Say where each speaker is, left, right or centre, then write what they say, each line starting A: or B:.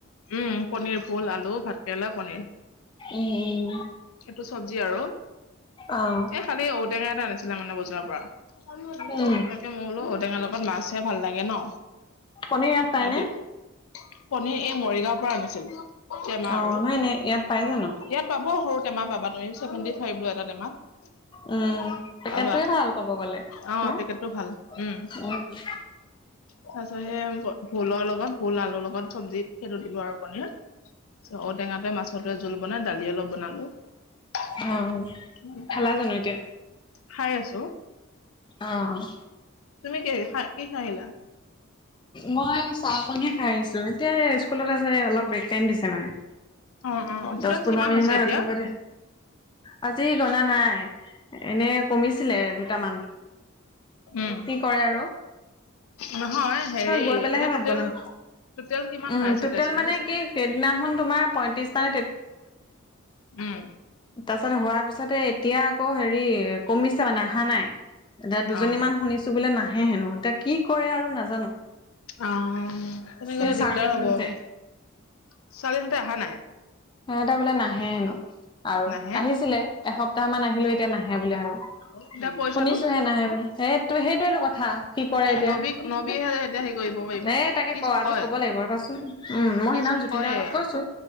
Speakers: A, on the left; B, on the left.
A: উম, পনিৰ ভুল আলু, ভাত কেৰেলা পনিৰ।
B: উম
A: সেইটো চবজি আৰু।
B: উম
A: কালি ঔটেঙা এটা আনিছিলে মানে বজাৰৰ পৰা, তাকে
B: উম।
A: মই বোলো ঔটেঙা ত মাছহে ভাল লাগে ন,
B: পনীৰ ইয়াত
A: সে
B: পায়নে?
A: পণীৰ এই মৰিগাঁৱৰ পৰা আনিছিল। টেমা
B: অ'
A: আৰু
B: নাই নাই, ইয়াত পাই জানো?
A: ইয়াত পাব, সৰু টেমা পাবা তুমি চেভেণ্টি ফাইভ লয় এটা টেমাত।
B: উম,
A: পাবা
B: সেইটোৱেই ভাল ক'ব গ'লে,
A: অ
B: হ
A: পেকেটটো ভাল উম
B: উম।
A: তাৰপিছত সেই ভোলৰ লগত, ভোল আলুৰ লগত চব্জিত সেইটো দিলো আৰু পনীৰ। ঔ টেঙাতে মাছতে জোল বনাই দালি অলপ বনালো। <unintelligible>
B: অ' খালা জানো এতিয়া?
A: খাই আছো।
B: অ'।
A: তুমি কি খা কি খাই আহিলা?
B: মই চাহ পানি খাই আহিছো, এতিয়া স্কুলত আছে অলপ ব্ৰেক টাইম দিছে মানে।
A: অ অ চিতন
B: দচ পোন্ধৰ
A: কিমান
B: মিনিটমান
A: হৈছে এতিয়া
B: ৰখিব দিছে। আজি গনা নাই, এনে কমিছে ছিলে দুটামান,
A: উম
B: কি কৰে আৰু।
A: নহয় হেৰি
B: গৈ পেলাইহে
A: এতিয়া
B: ভাত
A: টোটেল
B: বনাম।
A: টোটেল কিমান
B: উম,
A: হৈ আছে
B: টোটেল
A: এতিয়া ষ্টুডেণ্ট?
B: মানে কি সেইদিনাখন তোমাৰ পঁয়ত্ৰিশটা নে
A: উম।
B: তাৰিপাছত হোৱাৰ পিছতে এতিয়া আকৌ হেৰি কমিছে মানে অহা নাই। এতিয়া দুজনী
A: অ
B: মমান শুনিছো বোলে নাহে হেনো, এতিয়া কি কৰে আৰু নাজ
A: অ তেনে গ'লে
B: এই চাৰ্লিনহঁত
A: দিগদাৰ হ'ব
B: যে
A: ছোৱালীহতে অহা নাই।
B: সেহতে বোলে নাহে হেনো আৰু
A: নাহে
B: আহিছিলে এসপ্তাহ মান আহিলো এতিয়া নাহে বোলে আৰু।
A: এতিয়া পইচাটো
B: শুনিছো হে নাহে বুলি এ টো সেই সেইটোৱেটো কথা কি কৰে এতিয়া।
A: নবী নবীহে এতিয়া হেৰি কৰিব পাৰিব
B: এ তাকে
A: সিচোন
B: ক আজি
A: কয়
B: কব লাগিব ৰপাচোন, উম মই
A: সিচোন
B: সিনাাম জ্যোতি
A: কয়ে
B: দ আগত কৈছো,